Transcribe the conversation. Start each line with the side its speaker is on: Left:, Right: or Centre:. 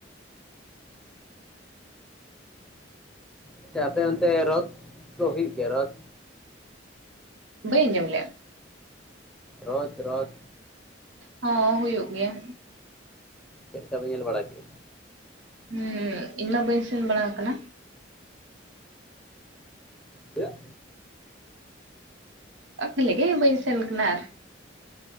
Centre: ᱟᱪᱪᱷᱟ ᱟᱯᱮ ᱚᱱᱛᱮ ᱨᱚᱫ ᱠᱚ ᱦᱩᱭᱩᱜ ᱜᱮᱭᱟ ᱨᱚᱫ?
Right: ᱵᱟᱹᱧ ᱟᱸᱡᱚᱢ ᱞᱮᱫᱼᱟ?
Centre: ᱨᱚᱫ ᱨᱚᱫ᱾
Right: ᱦᱚᱸ ᱦᱩᱭᱩᱜ ᱜᱮᱭᱟ᱾
Centre: ᱪᱮᱫ ᱠᱟᱯᱮ ᱧᱮᱞ ᱵᱟᱲᱟ ᱠᱮᱜᱼᱟ?
Right: ᱦᱩᱸ ᱤᱧᱢᱟ ᱵᱟᱹᱧ ᱥᱮᱱ ᱵᱟᱲᱟ ᱠᱟᱱᱟ᱾
Centre: ᱪᱮᱫᱟᱜ?
Right: ᱚ ᱠᱷᱟᱞᱤ ᱜᱮ ᱵᱟᱹᱧ ᱥᱮᱱ ᱠᱟᱱᱟ ᱟᱨ